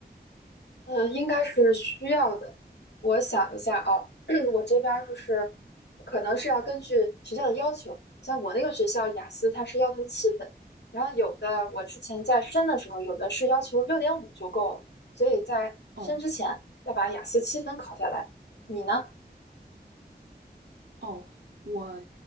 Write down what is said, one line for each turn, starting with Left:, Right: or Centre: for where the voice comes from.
Left: 呃，应该是需要的。我想一下啊，<clears throat> 我这边儿就是可能是要根据学校的要求，像我那个学校雅思它是要求七分，然后有的我之前在申的时候，有的是要求六点五就够了，所以在申之前要把雅思七分考下来。
Right: 哦。
Left: 你呢？
Right: 哦，我